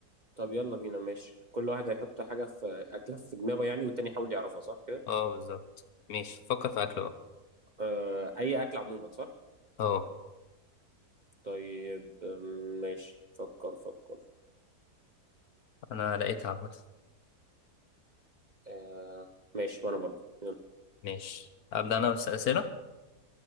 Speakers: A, on the right; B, on the left.
A: طب يلا بينا ماشي كل واحد هيحط حاجه في اكله في دماغه يعني والتاني يحاول يعرفها صح كده
B: أه بالظبط ماشي فكر في أكل بقى
A: آه اي اكل عموما صح
B: أه
A: طيب آم، ماشي فكر فكر
B: أنا لقيتها بس
A: آه ماشي وانا برضه يلا
B: ماشي أبدأ أنا بس أسئلة